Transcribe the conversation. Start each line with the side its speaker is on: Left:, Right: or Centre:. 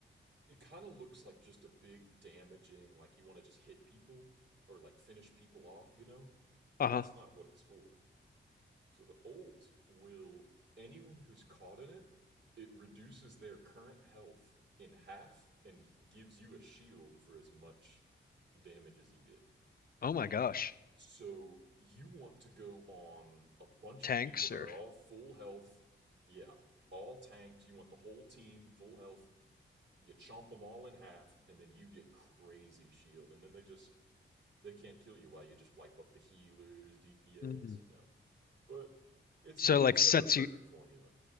Right: it kind of looks like just a big damaging, like you want to just hit people or like finish people off. You know,
Left: Uh-huh.
Right: that's not what it's for. So the ult will anyone who's caught in it, it reduces their current health in half and gives you a shield for as much damage as you did.
Left: Oh my gosh.
Right: So you want to go on a bunch
Left: Tanks
Right: of people that
Left: or
Right: are all full health. Yeah, all tanks. You want the whole team full health. You chomp them all in half, and then you get crazy shield, and then they just they can't kill you while you just wipe up the healers, DPS,
Left: mm.
Right: you know. But it's
Left: So
Right: ne-
Left: it,
Right: it's
Left: like sets
Right: never a perfect
Left: you
Right: formula.